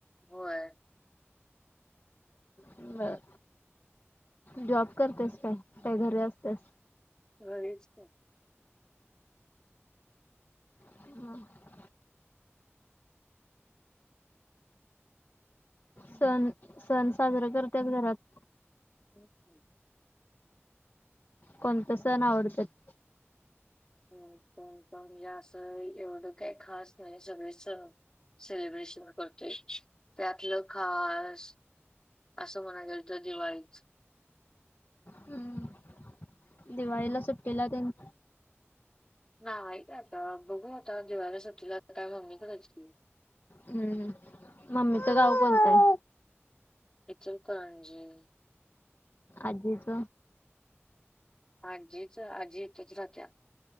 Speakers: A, on the left; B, on the left.
A: होय.
B: म जॉब करतेस काय काय घरी असतेस?
A: घरीच
B: <inaudible> सण सण साजरा करतात घरात.
A: <unintelligible>
B: कोणत सण आवडतात?
A: ह पण प हे असं एवढं काही खास नाही सगळे सण सेलिब्रेशन करतोय त्यातलं खास असं म्हणाय गेल तर दिवाळीच.
B: हम्म दिवाळीला
A: हम्म.
B: सुट्टीला तेन.
A: नाही का आता बघू आता दिवाला सुट्टीला काय मम्मी कडच की.
B: हम्म मम्मीच गाव कोणतंय?
A: इचलकरंजी.
B: आजीच
A: आजीच आजी इथच राहत्या.